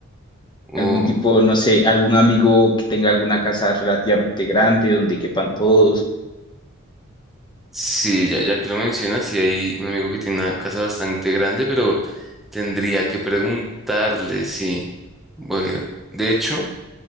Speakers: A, in the centre; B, on the left.
A: o
B: Algún tipo, no sé, algún amigo que tenga alguna casa relativamente grande donde quepan todos.
A: Sí, ya, ya que lo mencionas, sí hay un amigo que tiene una casa bastante grande, pero tendría que preguntarle si... Bueno, de hecho,